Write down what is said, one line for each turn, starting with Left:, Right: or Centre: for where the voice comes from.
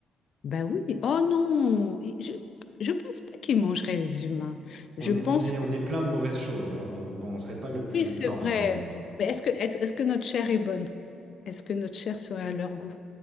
Left: Bah oui, oh non, et je je pense pas qu'ils mangeraient les humains. Je
Right: On
Left: pense
Right: est, on est,
Left: que
Right: on est plein de mauvaises choses, hein, donc bon, on serait pas le plus
Left: oui, c'est
Right: tendre,
Left: vrai.
Right: mais euh,
Left: Mais est-ce que est-ce est-ce que notre chair est bonne? Est-ce que notre chair serait à leur goût?